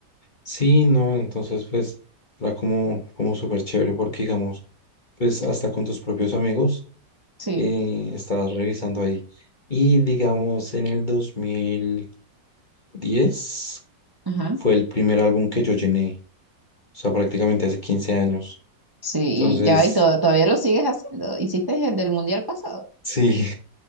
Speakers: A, on the left; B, on the right.
A: Sí, no, entonces pues era como, como súper chévere porque digamos, pues hasta con tus propios amigos
B: Sí,
A: eh, estabas revisando ahí. Y digamos, en el dos mil diez
B: ajá.
A: fue el primer álbum que yo llené, o sea, prácticamente hace 15 años.
B: Sí,
A: Entonces,
B: y ya, y to- todavía lo sigues haciendo. ¿Hiciste el del mundial pasado?
A: sí,